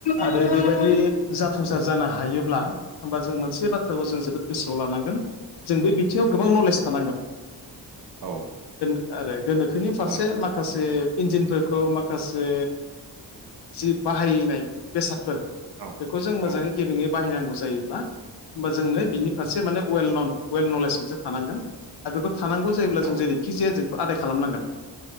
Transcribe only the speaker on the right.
औ
औ
थारै
औ
औ
औ